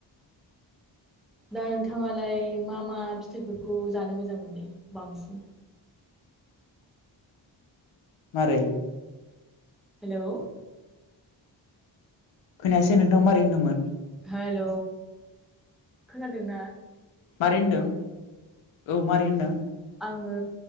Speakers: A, in the centre; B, on the left.
A: दा नोंथाङालाय मा मा फिथाइफोरखौ जानो मोजां मोनो बांसिन?
B: मारै?
A: हेल'।
B: खोनायासै नोंथां मारै होन्दोंमोन?
A: हेल' खोनादोंना?
B: मारै होनदों औ मारै होनदों?
A: आङो